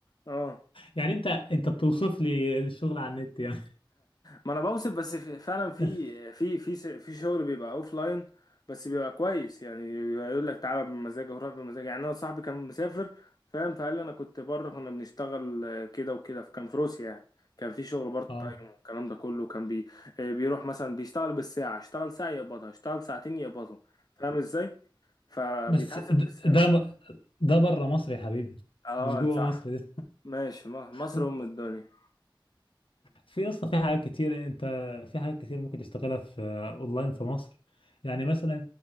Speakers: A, on the left (about 50°); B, on the left (about 80°).
A: اه
B: يعني انت انت بتوصف لي الشغل على النت يعني
A: ما انا بوصف بس في فعلا في
B: <laughs>
A: في في س- في شغل بيبقى اوف لاين بس بيبقى كويس يعني يقول لك تعالى بمزاجك وروح بمزاجك يعني انا صاحبي كان مسافر فاهم فقال لي انا كنت بره كنا بنشتغل آه، كده وكده فكان في روسيا يعني كان في شغل بارت
B: اه
A: تايم والكلام ده كله كان بي آه، بيروح مثلا بيشتغل بالساعة اشتغل ساعة يقبضها اشتغل ساعتين يقبضهم فاهم ازاي فبيتحاسب
B: بس د-
A: بالساعة
B: ده ده بره مصر يا حبيبي
A: اه
B: مش جوه
A: صح
B: مصر ده
A: ماشي م- مصر
B: <laughs>
A: ام الدنيا
B: في اصلا في حاجات كتير انت في حاجات كتير ممكن تشتغلها في اونلاين في مصر يعني مثلا